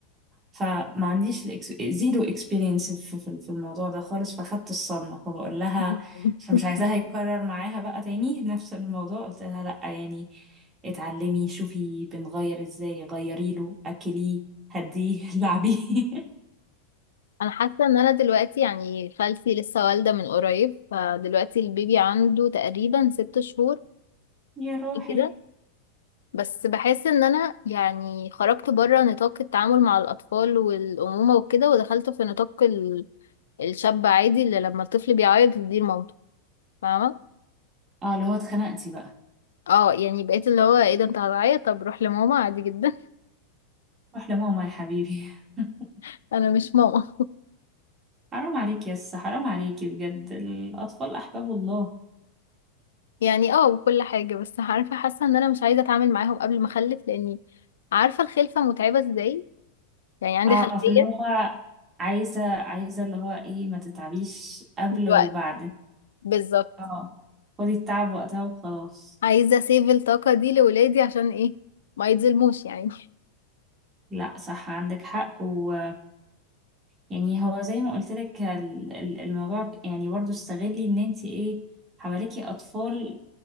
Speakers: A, on the right; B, on the left.
A: فما عنديش الإكس... زيرو اكسبيرينس في, في في الموضوع ده خالص فاخدت الصدمة فبقول
B: <laughs>
A: لها فمش عايزاها يتكرر معاها بقى تاني <laughs> نفس الموضوع قلت لها لأ يعني اتعلمي شوفي بنغير ازاي غيري له اكليه هديه لعبيه
B: انا حاسه ان انا دلوقتي يعني خالتي لسه والده من قريب فدلوقتي البيبي عنده تقريبا ست شهور
A: <laughs> يا روحي
B: كده بس بحس ان انا يعني خرجت بره نطاق التعامل مع الاطفال والامومه وكده ودخلت في نطاق ال... الشاب عادي اللي لما الطفل بيعيط يديه لمامته فاهمه
A: اه اللي هو اتخنقتي بقى
B: اه يعني بقيت اللي هو ايه ده انت هتعيط طب روح لماما عادي جدا
A: روح لماما يا حبيبي <laughs>
B: <laughs> انا مش ماما
A: حرام عليكي يس حرام عليكي بجد الأطفال أحباب الله
B: يعني اه وكل حاجه بس عارفه حاسه ان انا مش عايزه اتعامل معاهم قبل ما اخلف لاني عارفه الخلفه متعبه ازاي يعني عندي
A: اه
B: خلفيه
A: فاللي هو عايزة عايزة اللي هو ايه ما تتعبيش قبل
B: دلوقتي
A: وبعد
B: بالظبط
A: اه خدي التعب وقتها وخلاص
B: عايزة اسيف الطاقة دي لولادي عشان ايه ما يتظلموش يعني
A: لا صح عندك حق و يعني هو زي ما قلت لك الموضوع يعني برضو استغلي ان انت ايه حواليكي اطفال